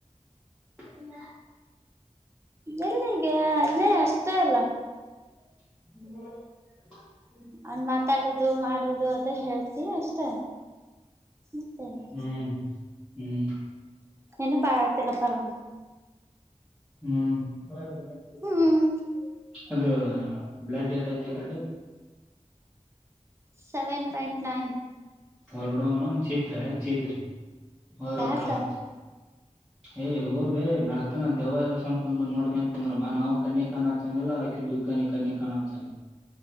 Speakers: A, in the centre; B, on the right (about 20°).
A: ಹ. <unintelligible>
B: ಎಲ್ಲಿಗೆ ಅಲ್ಲೇ ಅಷ್ಟೇ ಅಲ್ಲ.
A: ಹ್ಮ್. <unintelligible>
B: ಅವನ್ ಮಾತಾಡದು ಮಾಡದು ಅದ ಹೇಳ್ತಯಿ ಅಷ್ಟೇ ಅಷ್ಟೆ ಮತ್ತೇ ಏನು
A: ಹ್ಮ್ ಹ್ಮ್.
B: ನೆನಪ ಆಗಕತ್ತಿಲ್ಲಪ್ಪ ನನಗ
A: ಹ್ಮ್. ಹ. <unintelligible>
B: ಹ್ಮ್
A: ಅದು ಬ್ಲಡ್ ಹೆಟ ಐತಿ ಅಕಿದು
B: ಸೆವೆನ್ ಪಾಯಿಂಟ್ ನೈನ್.
A: ಹೋಲಿ ಬಿಡು ಅವ ನೌನ್ ಛಿದ್ರ ಹಳೆ ಛಿದ್ರ. ಹಾಕಲ್ಲ
B: ಯಾಕ
A: ಅಂತ ಏ್ ಹೋಗ ಬೇ ಬೆಳತನ್ ದೆವ್ವ ಎಬ್ಸಂದ ಕುಂದ ನೋಡಕೊಂದ ಕುಂದ್ರಮ್ಮ ನಾವು ಕಣ್ಣಿಗೆ ಕಣ್ಣ ಅಚ್ಚಂಗಿಲ್ಲ ಆಕೆ ದುಗ್ಗನಿ ಕಣ್ಣಿಗಿ ಕಣ್ಣ ಅಚ್ಚಂಗಿಲ್ಲ